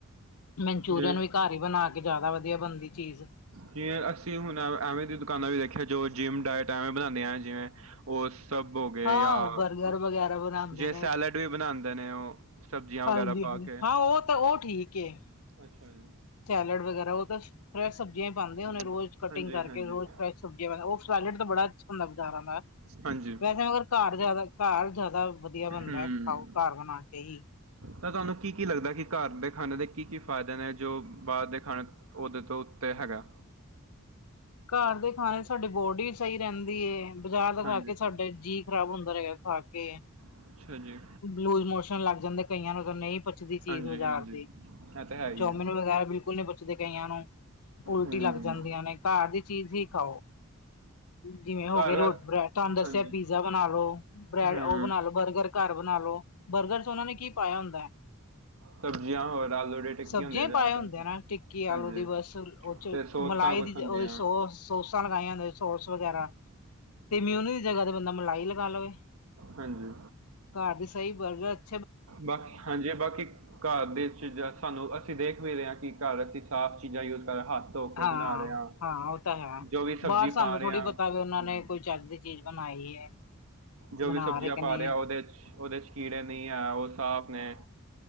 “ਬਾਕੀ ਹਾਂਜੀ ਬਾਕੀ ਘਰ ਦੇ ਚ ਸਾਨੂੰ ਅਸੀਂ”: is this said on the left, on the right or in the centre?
Right